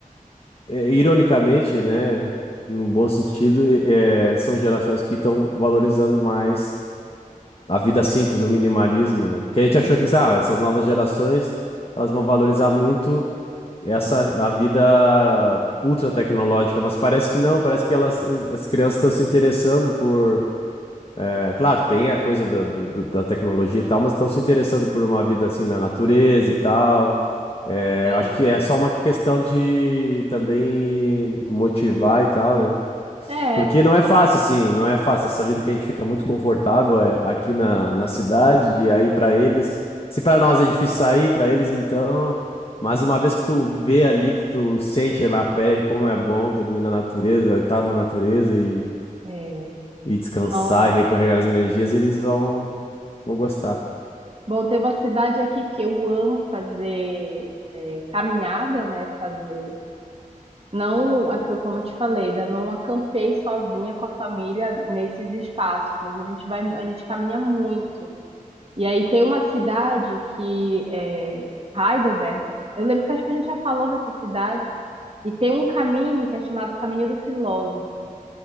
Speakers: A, on the left; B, on the right.
A: é, ironicamente, né, num bom sentido, e- é, são gerações que estão valorizando mais a vida simples, o minimalismo, né? Que a gente achou que, sabe, essas novas gerações, elas vão valorizar muito essa a vida ultra tecnológica, mas parece que não, parece que elas, as crianças estão se interessando por, é, claro, tem a coisa da, do- do- da tecnologia e tal, mas estão se interessando por uma vida assim na natureza e tal. É,
B: Sim.
A: eu acho que é só uma questão de também motivar e tal, né?
B: É,
A: Porque não é fácil, assim, não é fácil. Essa vida que a gente fica muito confortável é, aqui na, na cidade, e aí pra eles, se pra nós é difícil sair, pra eles então. Mas uma vez que tu vê ali, que tu sente na pele como é bom dormir na natureza, estar na natureza e,
B: é.
A: e descansar
B: Nossa.
A: e recarregar as energias, eles vão, vão gostar.
B: Bom, tem uma cidade aqui que eu amo fazer é, caminhada, né? Fazer. Não, a- como eu te falei, ainda não acampei sozinha com a família nesses espaços, mas a gente vai, a gente caminha muito. E aí tem uma cidade que é Heidelberg. Eu lembro que acho que a gente já falou dessa cidade. E tem um caminho que é chamado Caminho do Filósofo,